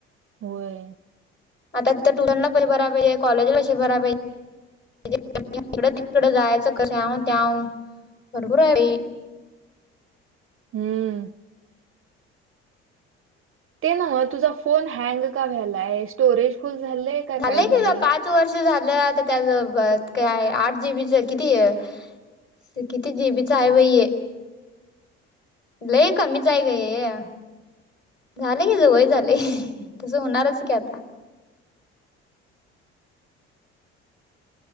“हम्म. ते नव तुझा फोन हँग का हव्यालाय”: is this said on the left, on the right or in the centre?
Right